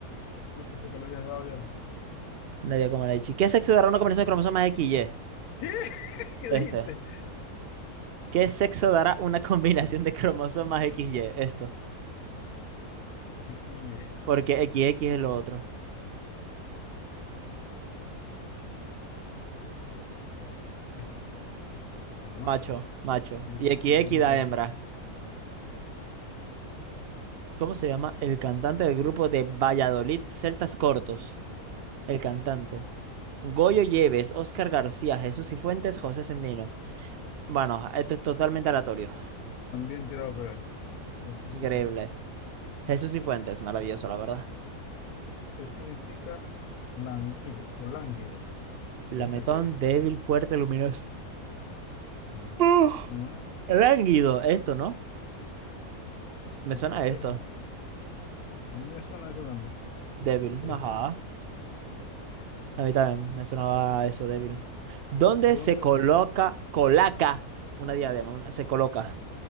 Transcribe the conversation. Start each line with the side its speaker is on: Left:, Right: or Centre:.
Left: Yo pensé que le habías dado ya.
Right: Nadie como Nadia dicho. ¿Qué sexo dará una combinación de cromosomas XY?
Left: ¿Sí? <laughs> ¿Qué
Right: Este.
Left: dijiste?
Right: ¿Qué sexo dará una <laughs> combinación de cromosomas XY? Esto.
Left: XY.
Right: Porque XX es lo otro.
Left: Ya no me acuerdo. Esta, el macho.
Right: Macho, macho.
Left: Yo,
Right: Y XX
Left: yo puse
Right: da
Left: la.
Right: hembra.
Left: Ajá, ok.
Right: ¿Cómo se llama el cantante del grupo de Valladolid Celtas Cortos? El cantante. Goyo Lleves, Óscar García, Jesús Cifuentes, José Sendino. Bueno, esto es totalmente aleatorio.
Left: También tirado a pegar. Jesús
Right: Increíble.
Left: y Fuentes.
Right: Jesús Cifuentes, maravilloso, la verdad.
Left: ¿Qué significa languido o lánguido?
Right: Lametón,
Left: Yo sé que es.
Right: débil, fuerte, luminoso.
Left: Mm.
Right: ¡Uf!
Left: Esto no es.
Right: Lánguido, esto, ¿no? Me
Left: Yo
Right: suena
Left: creo que
Right: esto,
Left: es. A mí me suena eso también.
Right: débil.
Left: Débil.
Right: Ajá. A mí también me sonaba eso, débil. ¿Dónde
Left: ¿Dónde?
Right: se coloca, colaca una diadema? Una- se coloca.